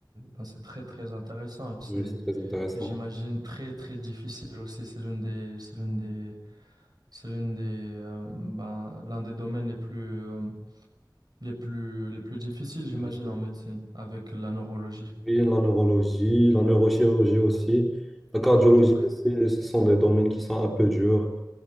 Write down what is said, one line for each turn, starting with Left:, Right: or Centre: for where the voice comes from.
Right: ben, c'est très très intéressant. C'est,
Centre: Oui, C'est très intéressant.
Right: j'imagine, très très difficile aussi. C'est l'une des, c'est l'une des, c'est l'une des, euh, ben, l'un des domaines les plus, euh, les plus, les plus difficiles, j'imagine,
Centre: Oui, c'est-
Right: en médecine, avec la neurologie.
Centre: oui, la neurologie, la neurochirurgie aussi. La cardiologie,
Right: Ok,
Centre: c'est- ce sont des domaines qui sont un peu durs